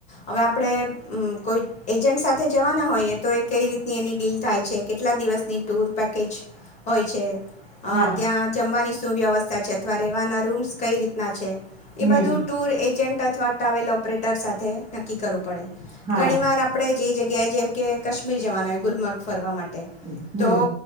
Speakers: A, on the left (about 20°); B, on the right (about 15°).
A: હવે આપડે મ કોઈ એજન્ટ સાથે જવાના હોઈએ તો એ કઈ રીતે એની ડીલ થાય છે કેટલા દિવસની ટૂર પેકેજ હોય છે,
B: હા.
A: અ ત્યાં જમવાની શું વ્યવસ્થા સા છે, અથવા રહેવાના રૂમ્સ કઈ રીતના છે,
B: હમ્મ.
A: એ બધું ટૂર એજન્ટ અથવા ટ્રાવેલ ઓપરેટર સાથે નક્કી કરવું પડે.
B: હા.
A: ઘણીવાર આપ આપડે જે જગ્યાએ, જેમ કે કશ્મીર જવાના હોય, ગુલમર્ગ ફરવા મા ટે
B: હમ્મ
A: તો